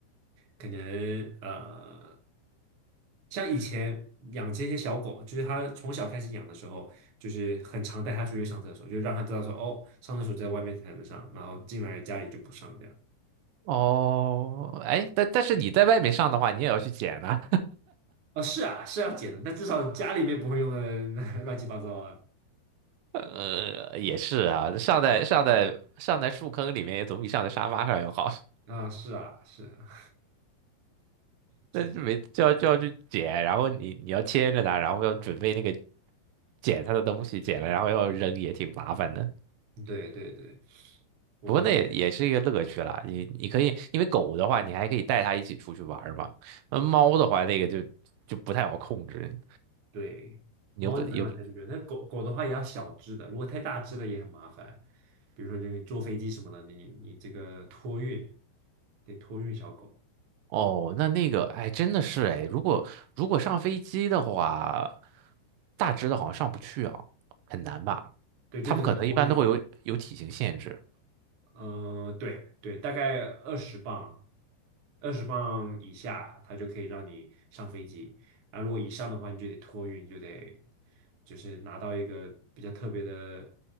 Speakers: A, on the right; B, on the right.
A: 可能呃，像以前养这些小狗，就是它从小开始养的时候，就是很常带它出去上厕所，就让它知道说，哦，上厕所在外面才能上，然后进来家里就不上这样。
B: 哦，哎，但但是你在外面上的话，你也要去捡啊。
A: 啊，是啊，是要剪的，但至少家里面不会用的 <laughs> 乱七八糟啊。
B: 呃，也是啊，上在上在上在树坑里面也总比上在沙发上要好。<laughs>
A: 啊，是啊，是啊，<laughs> 就是
B: 那就没就要就要去捡，然后你你要牵着它，然后要准备那个捡它的东西，捡了然后要扔，也挺麻烦的。
A: 对对对，我们
B: 不过那也也是一个乐趣啦，你你可以，因为狗的话，你还可以带它一起出去玩儿嘛。那猫的话，那个就就不太好控制，
A: 对猫就没办法带出去，
B: 你又不又不
A: 那狗狗的话也要小只的，如果太大只的也很麻烦。比如说你坐飞机什么的，你你这个托运得托运小狗，
B: 哦，那那个，哎，真的是哎，如果如果上飞机的话，大只的好像上不去啊，很难吧？
A: 对，就只能托运。
B: 他们可能一般都会有有体型限制。
A: 嗯、对对，大概二十磅二十磅以下，它就可以让你上飞机。然后如果以上的话，你就得托运，就得就是拿到一个比较特别的、